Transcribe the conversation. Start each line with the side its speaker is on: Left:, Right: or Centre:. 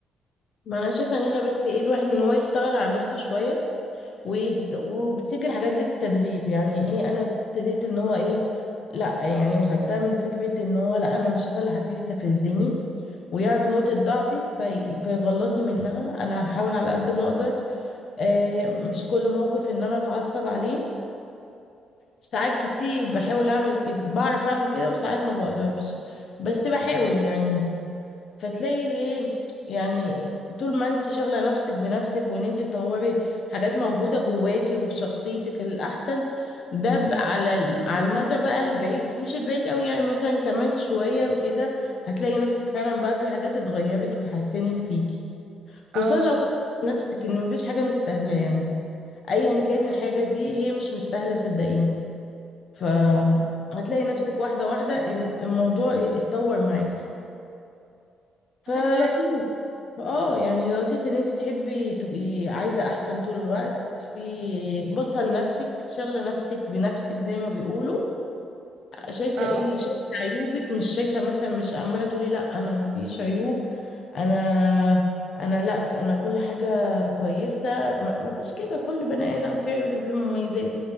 Left: ما انا شايفه ان احنا بس ايه الواحد ان هو يشتغل على نفسه شويه ويد- وبتيجي الحاجات دي بالتدريب يعني ايه انا ابتديت ان هو ايه لا يعني وخدتها من فكره ان هو لا انا مش هخلي حد يستفزني ويعرف نقطة ضعفي في... فيغلطني منها أنا هحاول على قد ما أقدر آه مش كل موقف إن أنا أتعصب عليه ساعات كتير بحاول اعمل بعرف اعمل كده وساعات ما بقدرش بس بحاول يعني فتلاقي ايه يعني طول ما انت شاغله نفسك بنفسك وان انت تطوري حاجات موجوده جواكي وفي شخصيتك الاحسن ده ب- على ال- على المدى بقى البعيد مش البعيد قوي يعني مثلا كمان شويه كده هتلاقي نفسك فعلا بقى في حاجات اتغيرت واتحسنت فيكي
Right: اه
Left: خصوصا لو خدت نفسك ان مفيش حاجه مستاهله يعني ايا كان الحاجه دي هي مش مستاهله صدقيني فهتلاقي نفسك واحدة واحدة إن الموضوع اتطور معاكي فلطيف
Right: انا فعلا
Left: اه يعني لطيف ان انت تحبي تبقي عايزة احسن طول الوقت في باصة لنفسك شاغلة نفسك بنفسك زي ما بيقولوا شايفة
Right: اه
Left: ايه شايفة عيوبك مش شايفة مثلا مش عمالة تقولي لا انا ما فيش عيوب انا انا لا انا كل حاجة كويسة ما ما فيش كده كل بني ادم فيه عيوب وفيه مميزات